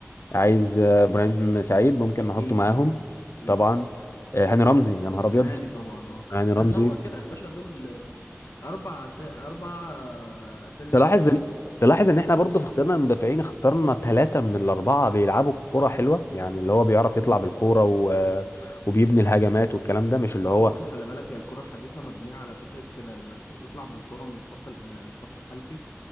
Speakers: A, on the left; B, on the left.
A: عايز آه، ابراهيم سعيد ممكن
B: أكيد
A: نحطه معاهم
B: طبعا أكيد
A: طبعا آه، هاني رمزي يا نهار ابيض
B: هاني طبعا آه
A: هاني رمزي
B: بس هو كده يا باشا دول أربع س... أربع سرد
A: تلاحظ
B: باكات
A: ان تلاحظ ان احنا برضه في اختيارنا المدافعين اخترنا ثلاثة من الأربعة بيلعبوا كورة حلوة يعني اللي هو بيعرف يطلع
B: مم.
A: بالكورة و... وبيبني الهجمات والكلام ده مش اللي
B: أصل
A: هو
B: بص خلي بالك هي الكرة الحديثة مبنية على فكرة كده إنك بتطلع بالكرة من الخط الأمامي الخط الخلفي